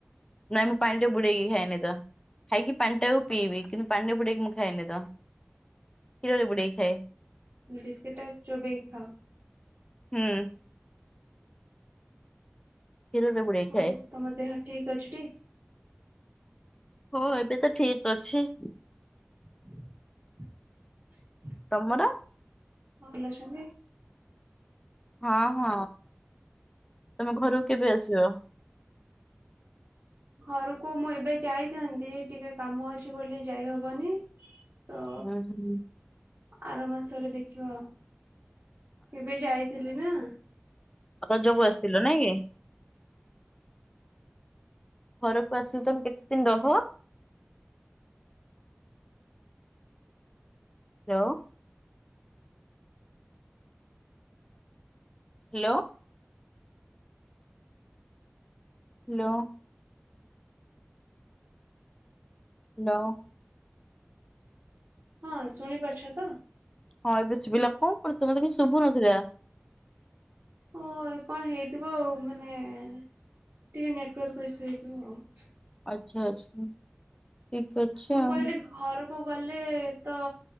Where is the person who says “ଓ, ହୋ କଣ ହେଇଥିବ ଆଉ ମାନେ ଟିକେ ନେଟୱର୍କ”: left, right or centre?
Right